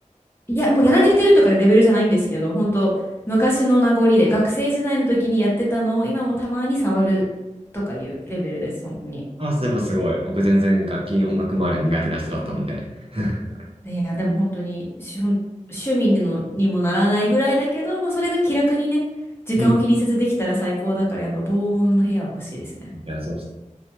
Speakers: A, on the left; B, on the right.
A: いや、もうやられてるとかいうレベルじゃないんですけど、本当昔の名残で、学生時代の時にやってたのを今もたまに触るとかいうレベルです、本当に。
B: あ、全部すごい。僕全然楽器、音楽周りは苦手な人だったんで。<laughs>
A: いや、でも本当に、しゅ趣味にの、にもならないぐらいだけど、まあ、それが気楽にね、時間を気にせずできたら最高だから、
B: うん。い
A: やっぱ防音の部屋は欲しいですね。
B: や、そうです。